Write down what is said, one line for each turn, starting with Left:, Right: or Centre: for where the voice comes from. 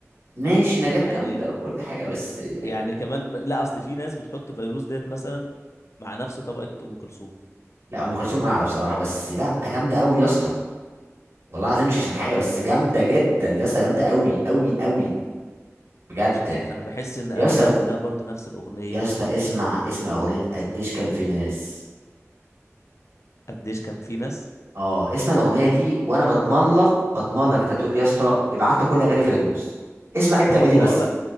Right: ماشي نجاة
Left: يعني
Right: جامدة وكل حاجة بس يعني
Left: يعني كمان لا اصل في ناس بتحط فيروز ديت مثلا مع نفس طبقه ام كلثوم
Right: لا أم كلثوم أعلى بصراحة بس لأ جامدة أوي يا اسطى والله العظيم مش عشان
Left: انا
Right: حاجه
Left: ما
Right: بس جامده جدا يا اسطى جامده قوي قوي قوي بجد
Left: مش عارف
Right: يعني
Left: انا بحس ان اغانيها
Right: يا اسطى
Left: كلها برضو نفس الاغنيه
Right: يا اسطى
Left: م-
Right: اسمع اسمع اغنيه قديش كان في ناس
Left: قديش كان في ناس
Right: اه اسمع الاغنيه دي وانا بضمن لك بضمن لك انت تقول لي يا اسطى ابعت لي كل اغاني فيروز اسمع ابدا
Left: طب ما
Right: بدي
Left: ما
Right: بس
Left: اقول